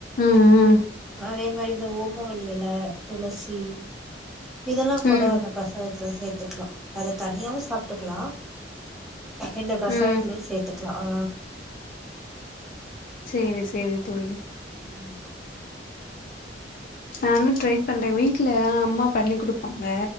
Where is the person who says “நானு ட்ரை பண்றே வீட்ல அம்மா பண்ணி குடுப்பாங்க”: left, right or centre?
Left